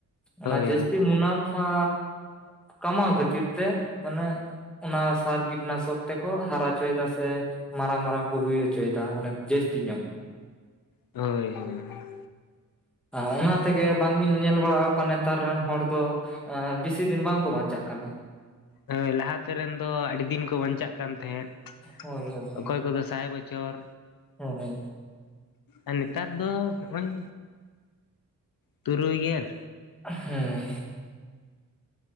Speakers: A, in the centre; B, on the left.
A: ᱚᱱᱟ
B: ᱦᱳᱭ
A: ᱡᱟᱹᱥᱛᱤ ᱢᱩᱱᱟᱯᱷᱟ ᱠᱟᱢᱟᱣ ᱠᱷᱟᱹᱛᱤᱨ ᱛᱮ ᱢᱟᱱᱮ ᱚᱱᱟ ᱥᱟᱨ ᱠᱤᱴᱱᱟᱥᱚᱠ ᱛᱮᱠᱚ ᱦᱟᱨᱟᱪᱚᱭᱮᱫᱟ ᱥᱮ ᱢᱟᱨᱟᱝ ᱢᱟᱨᱟᱝ ᱠᱚ ᱦᱩᱭ ᱦᱚᱪᱚᱭ ᱮᱫᱟ ᱢᱟᱱᱮ ᱡᱟᱹᱥᱛᱤ ᱧᱚᱜ᱾
B: ᱦᱳᱭ ᱦᱳᱭ
A: ᱦᱮᱸ ᱚᱱᱟ ᱛᱮ ᱜᱮ ᱵᱟᱝ ᱵᱤᱱ ᱧᱮᱞ ᱵᱟᱲᱟ ᱟᱠᱚᱣᱟ ᱱᱮᱛᱟᱨ ᱨᱮᱱ ᱦᱚᱲ ᱫᱚ ᱵᱮᱥᱤ ᱫᱤᱱ ᱵᱟᱝ ᱠᱚ ᱵᱟᱧᱪᱟᱜ ᱠᱟᱱᱟ᱾
B: ᱦᱳᱣ ᱞᱟᱦᱟ ᱛᱮ ᱨᱮᱱ ᱫᱚ ᱟᱹᱰᱤ ᱫᱤᱱ ᱠᱚ ᱵᱟᱧᱪᱟᱜ ᱠᱟᱱ ᱛᱟᱦᱮᱸᱫ᱾
A: ᱦᱳᱭ ᱦᱳᱭ
B: ᱚᱠᱚᱭ ᱠᱚ ᱫᱚ ᱥᱟᱭ ᱵᱚᱪᱷᱚᱨ
A: ᱦᱳᱭ ᱦᱳᱭ
B: ᱟᱨ ᱱᱮᱛᱟᱨ ᱫᱚ ᱱᱚᱜᱼᱚᱭ ᱛᱩᱨᱩᱭ ᱜᱮᱞ᱾
A: ᱦᱮᱸ